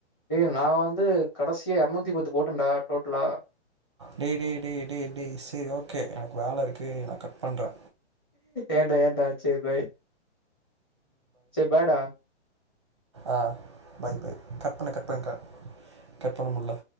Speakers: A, on the left; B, on the right.
A: ஏ நா வந்து கடசியா எரநூத்தி பத்து போட்டேன்டா டோட்டலா
B: டேய் டேய் டேய் டேய் டேய் செரி ஓகே எனக் வேல இருக்கு நா கட் பண்றே
A: ஏன்டா ஏன்டா செரி பாய் செ பாய்டா
B: ஆ பாய் பாய் கட் பண்ணு கட் பண்றா கட்பண்ணமுள்ளா